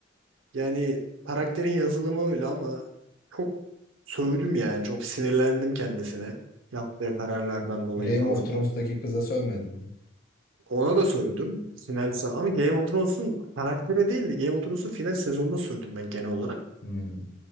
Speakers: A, on the right (about 70°); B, on the left (about 45°).
A: Yani karakterin yazılımı öyle ama çok sövdüm yani. Çok sinirlendim kendisine. Yaptığı kararlardan dolayı
B: Game
A: falan.
B: of Thrones'taki kıza sövmedin mi?
A: Ona da sövdüm. Final se- ama Game of Thrones'un karaktere değil de Game of Thrones'un final sezonuna sövdüm ben genel olarak.
B: Hmm.